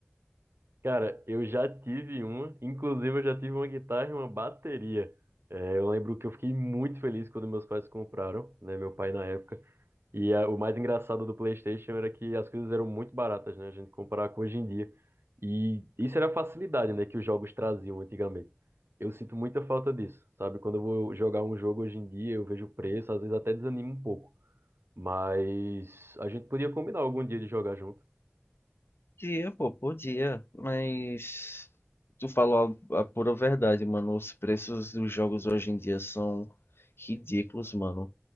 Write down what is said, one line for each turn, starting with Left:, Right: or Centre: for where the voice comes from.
Right: Cara, eu já tive uma, inclusive eu já tive uma guitarra e uma bateria. É, eu lembro que eu fiquei muito feliz quando meus pais compraram, né, meu pai na época. E a- o mais engraçado do PlayStation era que as coisas eram muito baratas, né, a gente comparar com hoje em dia. E isso era a facilidade, né, que os jogos traziam antigamente. Eu sinto muita falta disso, sabe? Quando eu vou jogar um jogo hoje em dia, eu vejo o preço, às vezes até desanimo um pouco. Mas a gente podia combinar algum dia de jogar junto.
Left: Podia, pô, podia, mas tu falou a, a pura verdade, mano. Os preços dos jogos hoje em dia são ridículos, mano.